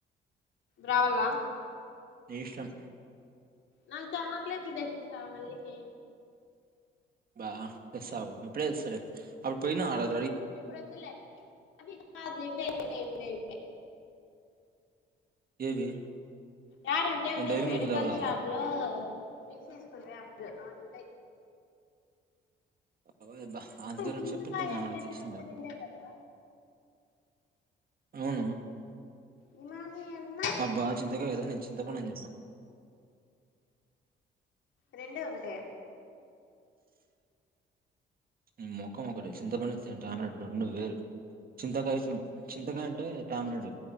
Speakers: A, on the left; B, on the right.
A: రావల్ల
B: ని ఇష్టం
A: నాకి సీజకోలెట్స్ చెచ్చిస్తావ మళ్ళీ కీ
B: అబ్బా తెస్తా అగు ఇప్పుడే సరే అప్పుడు పోయినా అ
A: ఇప్పుడు వద్దులే అదిది ఇవే ఇవే ఇవే ఇవే
B: ఏవి
A: యాడ అంటే
B: నేను
A: ఉండది
B: డైరీ
A: మెడికల్
B: మిల్క్ తేవాలా
A: షాప్ లో మిసీస్కుే అప్పుడు ఆనుంట
B: అ అంత దూరం
A: చింతకాయ
B: చెప్పింటే నే
A: అంటే
B: ఆడ తెచ్చంద
A: టామరిందే కదా
B: అవును
A: హిమాలి అన్నా
B: అబ్బా చంతకాయే కదా చింతపండు అని చెపు
A: రెండే ఒకటే
B: ఈ ముఖం ఒకటి చింతపడి తమిరింది రెండు వేరు చింతకాయ చింతకాయ అంటే ట్యామ్రెండ్